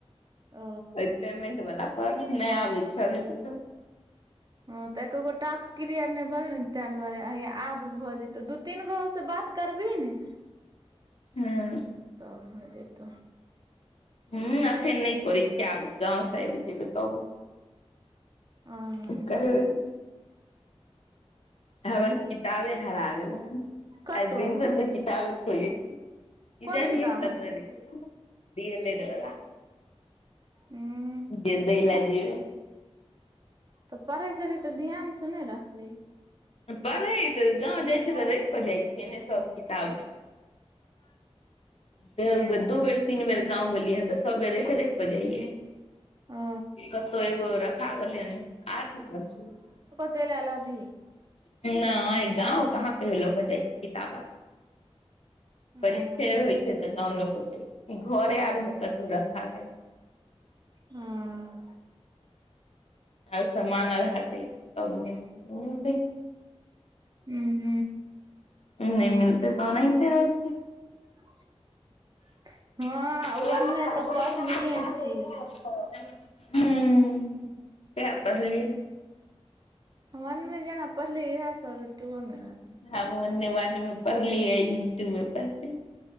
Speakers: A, on the right (about 40°); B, on the left (about 70°).
A: ओ
B: अय पेमेंट वला पर नहि आबै छै अभी किछो
A: ह तऽ एकोगो टास्क क्लियर नहि भेलनै ने ताहि दुआरे आब भऽ जेतै दू तीन गो से बात करबी ने
B: हँ
A: आर भऽ जेतौ
B: हूँ अखन नहि करय छियै आब गाँव सँ आबि जेबै तब
A: ह
B: करबै हमर किताबे हरा गेलय
A: कतौ
B: आइ भीनसर सँ किताबे खोजय छी इधर
A: कोन किताब
B: नै कतबै
A: हरा
B: डी एल एड वला
A: हूँ
B: गद ल जेी
A: तऽ पढ़ै छली तऽ ध्यान से नहि रखली
B: पढ़ै तऽ गाँव जाइ छियै तऽ राखि कऽ जाइ छियै ने सभ किताब बे दू बेर तीन बेर गाँव गेलियै ह तऽ सब बेर देख क जाइयए
A: ओ
B: कतौ एगो रखा गेलै हन आठ दिन से
A: चैल आयल अभी
B: नै गाँव कहाँ कहियो लऽ कय जाइ छी किताब आर
A: हँ
B: परीक्षे होइ छै तऽ गाँंव लोक जाय छी घरे आर मे कतहुँ राख गयल
A: हँ
B: आइ समान आर हटैते
A: हूँ
B: नहि मिलतय तऽ ओनाहिते रहतै
A: <unintelligible>
B: <inaudible>
A: वन मे तऽ पढ़निये छी
B: हूँ यैह पढलियै
A: वन मे जेना पढ़लीयै इएह सब टूओ मे रहतै
B: हम ओनी वन मे पढ़ली यै एनी टू मे पढ़ली